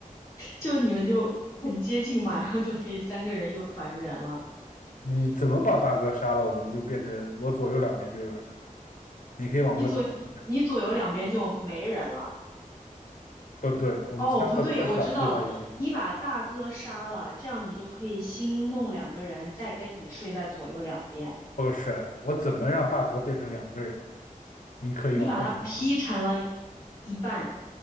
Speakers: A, on the left (about 25°); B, on the left (about 65°).
A: 就你们就很接近嘛，然后就可以三个人又团圆了。
B: 你怎么把大哥杀了，我们就变成我左右两边就有人了。你可以往这方面去想。
A: 你左你左右两边就没人了。
B: 不对，我们三个自小睡在一张床。
A: 哦，不对，我知道了，你把大哥杀了，这样你就可以新弄两个人，再跟你睡在左右两边。
B: 不是，我怎么让大哥变成两个人？你可以往这方面。
A: 你把他劈成了一半，